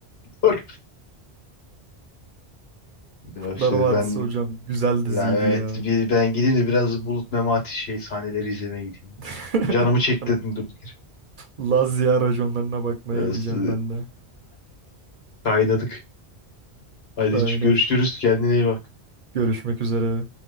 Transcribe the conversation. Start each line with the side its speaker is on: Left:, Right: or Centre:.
Left: Doğru. Ya
Right: Kurtlar
Left: İşte
Right: Vadisi
Left: ben
Right: hocam güzel diziydi
Left: Ya evet
Right: ya.
Left: bir ben gideyim de biraz Bulut Memati şey sahneleri izlemeye gideyim.
Right: <laughs>
Left: Canımı çektirdim
Right: Ben
Left: durduk yere.
Right: Lazia raconlarına bakmaya
Left: Biraz,
Right: gideceğim
Left: e,
Right: ben de.
Left: <laughs> Kaynadık. Hadi
Right: Aynen.
Left: görüşürüz. Kendine iyi bak.
Right: Görüşmek üzere.